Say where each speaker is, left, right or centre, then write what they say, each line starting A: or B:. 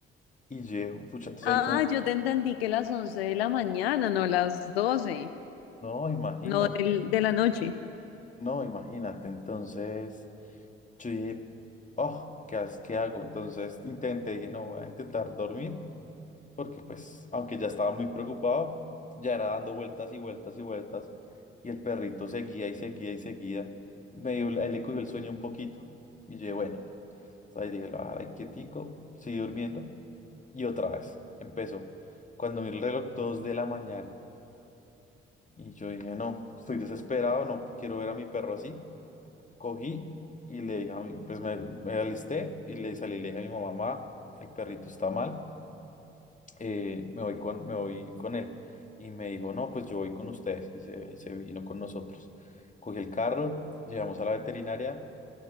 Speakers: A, on the left; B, on the left.
A: Y yo pucha, entonces
B: Ah,
A: ahí como,
B: yo te entendí que las 11 de la mañana, no las 12,
A: no, imagínate,
B: no del- de la noche.
A: no, imagínate. Entonces... Yo dije, oh, ¿qué, has- qué hago? Entonces intenté, dije, no, voy a intentar dormir, porque pues, aunque ya estaba muy preocupado, ya era dando vueltas y vueltas y vueltas, y el perrito seguía y seguía y seguía. medio él le cogió el sueño un poquito, y yo dije, bueno, entonces dije, lo voy quietico, seguí durmiendo, y otra vez, empezó. Cuando vi el reloj, 2 de la mañana, y yo dije, no, estoy desesperado, no quiero ver a mi perro así. Cogí y le dije a mi, pues me, me alisté y le salí, le dije a mi mamá, "Ma, el perrito está mal, eh, me voy con, me voy con él. Y me dijo, no, pues yo voy con ustedes. Y se, y se vino con nosotros. Cogí el carro, llegamos a la veterinaria.